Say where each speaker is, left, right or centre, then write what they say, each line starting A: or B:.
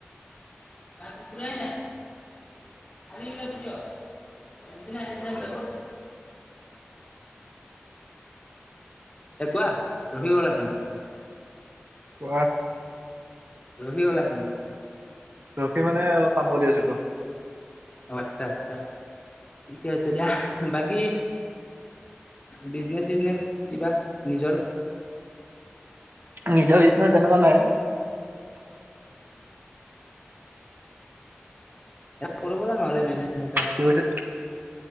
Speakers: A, on the left (about 25°); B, on the right (about 55°).
A: খুচুৰাই নাই কালি মিলাব দিয়ক এ কোৱা? ৰখি গ'লা চোন।
B: কোৱা?
A: ৰখি গলা চোন।
B: ৰখি মানে অলপ কাম কৰি আছিলো।
A: অ' আচ্ছা আচ্ছা, ঠিকে আছে দিয়া বাকী বিজনেচ চিজনেচ কিবা নিজৰ।
B: নিজৰ বিজনেচ তেনেকুৱা নাই।
A: কৰিব ব'লা নহ'লে বিজনেছ এটা
B: কি কৈছে?